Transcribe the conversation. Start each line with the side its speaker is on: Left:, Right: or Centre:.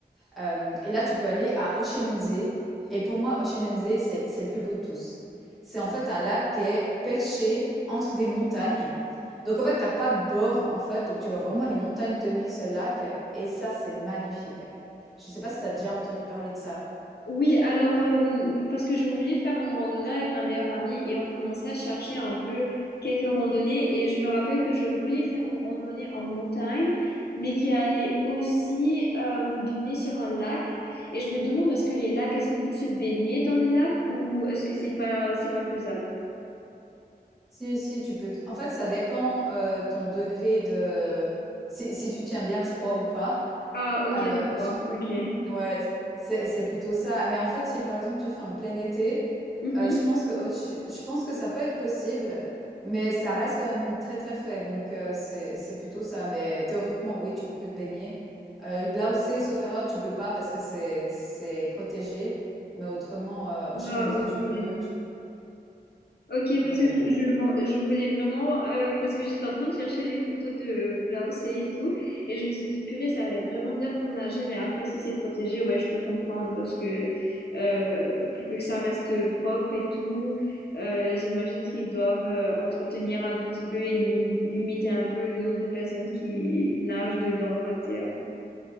Centre: Hem et là, tu peux aller à Oshinunzé et pour moi, Oshinunzé, c'est c'est le plus beau de tous. C'est en fait un lac qui est perché entre des montagnes. Donc en fait, t'as pas de bord, en fait, donc tu vois vraiment les montagnes tenir ce lac et ça, c'est magnifique. Je sais pas si tu as déjà entendu parler de ça?
Left: Oui, alors, euh, parce que je voulais faire une randonnée avec ma meilleure amie et on commençait à chercher un peu quelques randonnées et je me rappelle que je voulais faire une randonnée en montagne, mais qui allait aussi euh, donner sur un lac. Et je me demande, est-ce que les lacs, est-ce qu'on peut se baigner dans les lacs ou est-ce que c'est pas, c'est pas faisable?
Centre: Si, si, tu peux t en fait, ça dépend, heu, ton degré de si si tu tiens bien le froid ou pas.
Left: Ah, ok,
Centre: Heu,
Left: je vois, ok.
Centre: Ouais, c'est c'est plutôt ça. Mais en fait, si par exemple tu fais en plein été,
Left: Mhm.
Centre: euh, je pense que autre ch- je pense que ça peut être possible, mais ça reste quand même très très frais. Donc euh, c'est c'est plutôt ça. Mais théoriquement, oui, tu peux te baigner. Euh, Blaoussé, sauf erreur, tu peux pas parce que c'est c'est protégé. Mais autrement, euh, Oceansea,
Left: Ah, ok.
Centre: tu peux. Tu...
Left: Ok,
Centre: Donc
Left: parce
Centre: euh,
Left: que je, je vends- je voulais vraiment, euh, parce que j'étais en train de chercher les photos de Blausée et tout, et je me suis dit, purée, ça va être vraiment bien pour nager, mais après, si c'est protégé, ouais, je peux comprendre, parce que euh, pour que ça reste propre et tout, euh, j'imagine qu'ils doivent euh, entretenir un tout petit peu et limi- limiter un peu le nombre de personnes qui nagent dedans, on va dire.